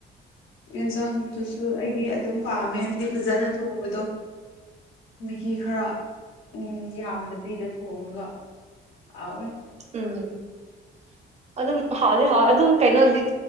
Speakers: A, on the left (about 85°); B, on the right (about 35°).
A: ꯌꯦꯟꯁꯥꯡꯗꯨꯨꯁꯨ ꯑꯩꯗꯤ ꯑꯗꯨꯝ ꯄꯥꯝꯃꯦ ꯍꯥꯏꯗꯤ ꯐꯖꯅ ꯊꯣꯡꯕꯗꯣ ꯃꯍꯤ ꯈꯔ ꯎꯝ ꯌꯥꯝꯗ ꯄꯤꯗ ꯊꯣꯡꯉꯒ ꯍꯥꯎꯋꯦ
B: ꯎꯝ ꯑꯗꯨꯝ ꯍꯥꯎꯗꯤ ꯍꯥꯎ ꯑꯗꯨꯝ ꯀꯩꯅꯣꯗꯤ